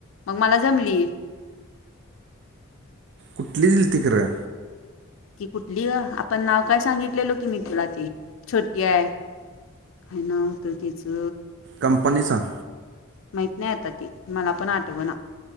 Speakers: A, on the left; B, on the right.
A: म मला जमली.
B: कुठली दिलती खरं.
A: ती कुठली ग आपण नाव काय सांगितलेलो की मी तुला, ती छोटी आहे. काय नाव होतं तिचं,
B: कंपनीचाां,
A: माहित नाही आता, ती मला पण आठवना,